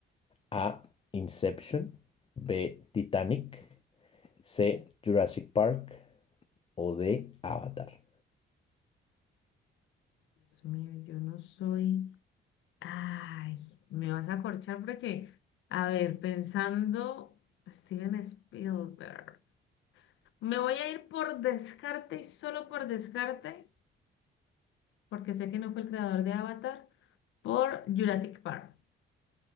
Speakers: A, on the left; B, on the left.
A: A. Inception. B. Titanic. C. Jurassic Park. O D. Avatar.
B: Dios mío, yo no soy. Ay, me vas a corchar porque, a ver, pensando, Steven Spielberg. Me voy a ir por descarte y solo por descarte, porque sé que no fue el creador de Avatar, por Jurassic Park.